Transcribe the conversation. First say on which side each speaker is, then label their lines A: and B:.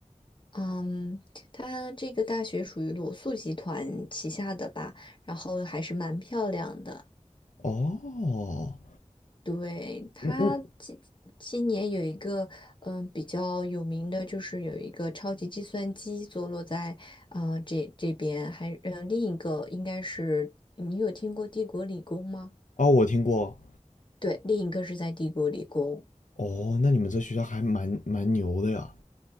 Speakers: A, on the left; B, on the left.
A: 嗯，它这个大学属于罗素集团旗下的吧，然后还是蛮漂亮的。
B: 哦，
A: 对，他今今年有一个嗯比较有名的，
B: 嗯嗯，
A: 就是有一个超级计算机坐落在呃这这边，还嗯另一个应该是你有听过帝国理工吗？
B: 哦，我听过。
A: 对，另一个是在帝国理工，
B: 哦，那你们这学校还蛮蛮牛的呀。